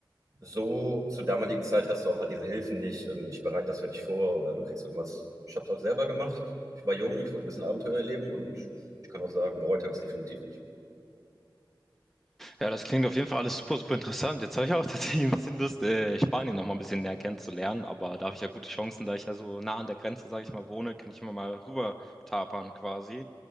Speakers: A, on the right (about 40°); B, in the centre.
A: so zur damaligen Zeit hast du auch halt diese Hilfen nicht. Ähm, Ich bereite das für dich vor oder du kriegst irgendwas. Ich habe es halt selber gemacht. Ich war jung, ich wollte ein bisschen Abenteuer erleben und ich kann auch sagen, bereut habe ich es definitiv nicht.
B: Ja, das klingt auf jeden Fall alles super, super interessant. Jetzt habe ich auch <laughs> tatsächlich ein bisschen Lust, äh, Spanien noch mal ein bisschen näher kennenzulernen, aber da habe ich ja gute Chancen, da ich ja so nah an der Grenze, sage ich mal, wohne, kann ich immer mal rüber tapern quasi.